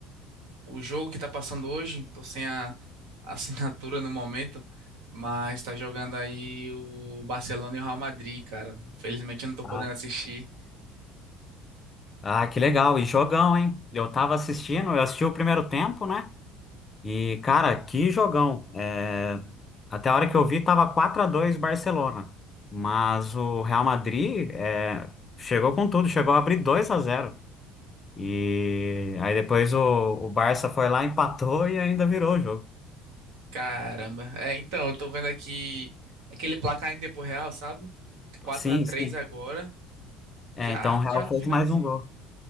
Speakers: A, on the right; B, on the left.
A: o jogo que tá passando hoje. Tô sem a, <laughs> a assinatura no momento, mas tá jogando aí o Barcelona e o Real Madrid, cara. felizmente eu não tô
B: Ah,
A: podendo assistir.
B: Ah, que legal. E jogão, hein? Eu tava assistindo, eu assisti o primeiro tempo, né? E, cara, que jogão. É, Até a hora que eu vi, tava quatro a dois Barcelona. Mas o Real Madrid é, chegou com tudo, chegou a abrir dois a zero E aí depois o, o Barça foi lá, empatou e ainda virou o jogo.
A: Caramba. É, então, eu tô vendo aqui aquele placar em tempo real, sabe? quatro
B: Sim,
A: a três
B: sim.
A: agora.
B: É,
A: Já,
B: então o Real
A: já no
B: fez
A: finalzinho.
B: mais um gol.